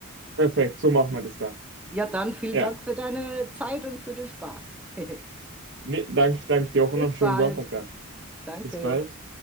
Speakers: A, on the right; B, in the centre.
A: Perfekt, so machen
B: Hm.
A: wir das dann.
B: Ja, dann vielen
A: Ja.
B: Dank für deine Zeit und für den Spaß. <laughs>
A: Nee, danke, danke dir auch
B: Bis
A: und noch einen schönen
B: bald.
A: Sonntag dann.
B: Danke.
A: Bis bald.